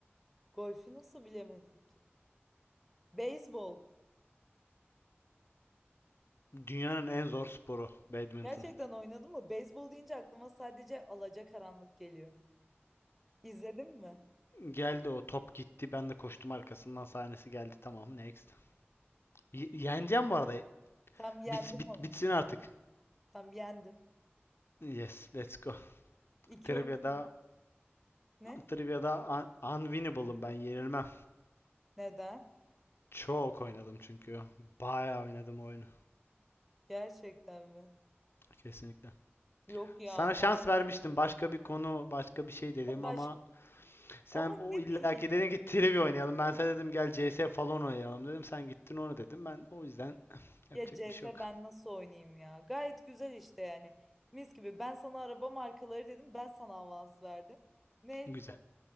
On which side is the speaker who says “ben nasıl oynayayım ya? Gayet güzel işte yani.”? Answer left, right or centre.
Centre